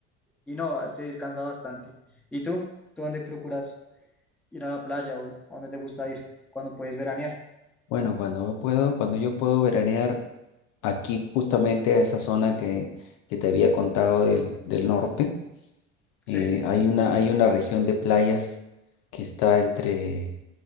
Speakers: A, in the centre; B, on the left.
A: y no, se descansa bastante. ¿Y tú? ¿Tú dónde procuras ir a la playa o a dónde te gusta ir cuando puedes veranear?
B: Bueno, cuando puedo, cuando yo puedo veranear aquí justamente a esa zona que, que te había contado del, del norte, eh,
A: Sí.
B: hay una, hay una región de playas que está entre